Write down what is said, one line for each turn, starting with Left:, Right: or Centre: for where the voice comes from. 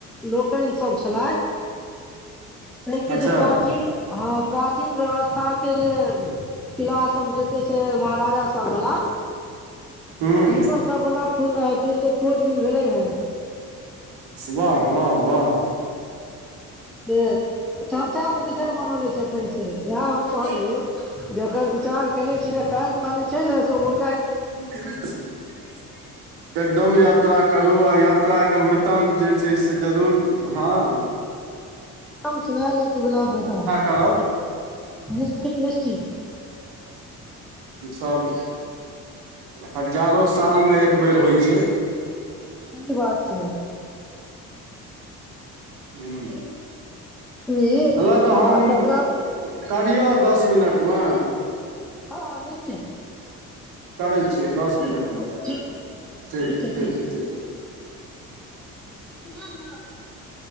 Centre: लोकैन सब छलाए से कि
Right: अच्छा
Centre: जे प्राचीन हाँ प्राचीन व्यवस्था के जे किला सब जेते छै महाराजा सब बला,
Right: हूँ
Centre: हुनकर सब बला खो अ की हय छै खोज-बीन भेले हय।
Right: वाह-वाह-वाह।
Centre: के चर्चा के विषय बनलै छै एखन से ते इहाए हम
Right: हूँ
Centre: कहलियै जे एकर विचार केने छी जे काएल खनि छै नै से उम्हूर
Right: <unintelligible> दम यात्रा करू आ यात्रा के वृतान्त जे छै से जरूर हाँ।
Centre: एकदम सुनाएल जाएत ई बला वृतांत,
Right: करब
Centre: निश्चित निश्चि <unintelligible>
Right: ई सब हजारो साल मे एक बेर होय छै।
Centre: ई बात छै।
Right: ह्म्म,
Centre: ई
Right: एला तऽ हम
Centre: आ तकरा
Right: करियौ दस मिनट मे
Centre: हँ निश्चित
Right: करै छीये दस
Centre: ठीक
Right: मिनट मे करै,
Centre: ठीक
Right: ठीक-ठीक-ठीक।
Centre: ठीक छै ठीक <unintelligible>